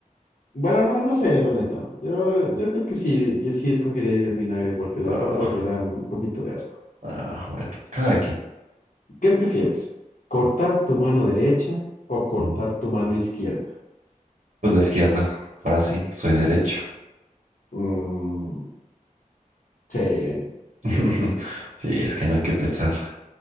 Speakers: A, on the left; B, on the right.
A: Bueno, no, no sé, la neta, no. Yo, yo creo que sí, yo sí escogería ahí el vinagre porque las
B: ah,
A: otras me dan un poquito de asco.
B: ah, bueno, cada quien.
A: ¿Qué prefieres? ¿Cortar tu mano derecha o cortar
B: Mm.
A: tu mano izquierda?
B: Pues la izquierda, fácil, soy derecho.
A: Mm, sí,
B: <laughs>
A: sí, sí, sí.
B: Sí, es que no hay que pensar.